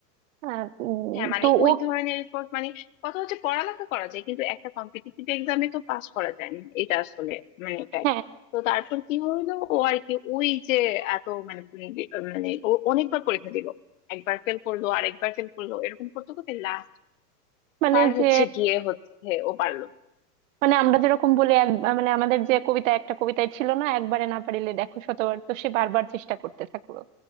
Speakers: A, on the right (about 50°); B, on the left (about 55°).
A: আহ, উম,
B: হ্যাঁ মানে
A: তো
B: ওই
A: ও
B: ধরনের রিপোর্ট মানে কথা হচ্ছে পড়ালেখা করা যায় কিন্তু একটা কম্পিটিটিভ এক্সামে তো পাস করা যায় না এটা আসলে মানে fact।
A: হ্যাঁ
B: তো তারপর কি হইলো ও আর কি ওই যে এত মানে উম মানে ও অনেকবার পরীক্ষা দিল একবার ফেল করলো আরেকবার ফেল করলো এরকম করতে করতে লাস্ট
A: মানে
B: বার
A: যে
B: হচ্ছে গিয়ে হচ্ছে ও পারলো
A: মানে আমরা যেরকম বলি এক- মানে আমাদের যে কবিতা একটা কবিতায় ছিল না একবারে না পারিলে দেখো শতবার তো সে বারবার চেষ্টা করতে থাকলো